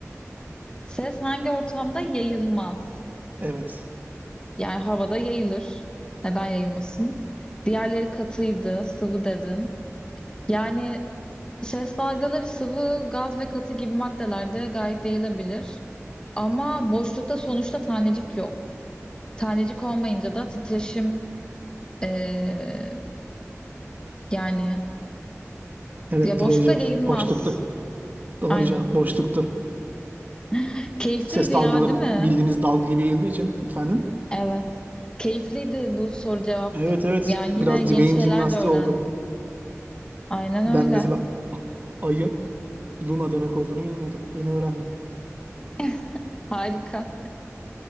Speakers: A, on the left (about 15°); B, on the right (about 35°).
A: Ses hangi ortamda yayılmaz?
B: Evet.
A: Yani havada yayılır. Neden yayılmasın? Diğerleri katıydı, sıvı dedin. Yani ses dalgaları sıvı, gaz ve katı gibi maddelerde gayet yayılabilir. Ama boşlukta sonuçta tanecik yok. Tanecik olmayınca da titreşim eee, yani
B: Evet
A: ya boşlukta
B: doğru cevap.
A: yayılmaz.
B: Boşluktu. Doğru
A: Aynen.
B: cevap boşluktu.
A: <laughs> Keyifliydi
B: ses dalgaları
A: ya, değil mi?
B: bildiğimiz dalga gibi yayıldığı için efendim
A: Evet. Keyifliydi bu soru cevap.
B: Evet evet.
A: Yani
B: biraz
A: yine yeni
B: beyin
A: şeyler
B: jimnastiği
A: de öğrendik.
B: oldu.
A: Aynen öyle.
B: Ben mesela a- ayın Luna demek olduğunu bilmiyordum. Yeni öğrendim.
A: <laughs> Harika.